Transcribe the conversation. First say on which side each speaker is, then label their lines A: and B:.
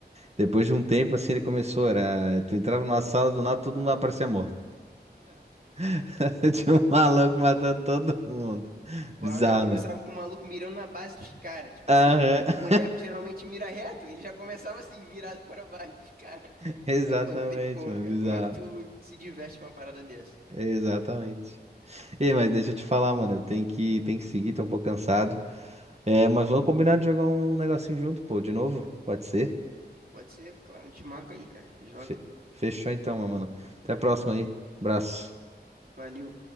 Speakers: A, on the right (about 40°); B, on the right (about 60°).
A: Depois de um tempo, assim, ele começou, era... Tu entrava numa sala, do nada, todo mundo aparecia morto. <laughs> Tinha um maluco matando todo mundo.
B: O
A: Bizarro,
B: round já começava
A: né?
B: com o maluco mirando na base dos caras. Tipo
A: Aham,
B: assim, o boneco geralmente mira reto, ele já começava assim, virado <laughs> pra base dos caras.
A: <laughs> Exatamente,
B: Aí, pô, não tem como,
A: mano,
B: cara.
A: bizarro.
B: Como é que tu se diverte com uma parada dessa?
A: Exatamente. Ei, mas deixa eu te falar, mano, eu tenho que, tenho que seguir, tô um pouco cansado. É, mas vamos combinar de jogar um negocinho junto, pô, de novo? Pode ser?
B: Pode ser, claro, a gente marca aí, cara. Joga.
A: Fe- Fechou então, meu mano. Até a próxima aí. Abraço.
B: Valeu.